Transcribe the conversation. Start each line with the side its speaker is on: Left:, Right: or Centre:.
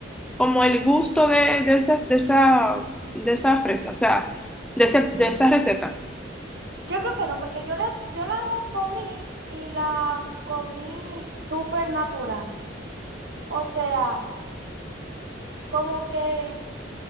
Centre: como el gusto de, de esa, de esa, de esa fresa, o sea, de, ese- de esa receta.
Right: Yo creo que no, porque yo, le, yo la comí y la comí súper natural. O sea, como que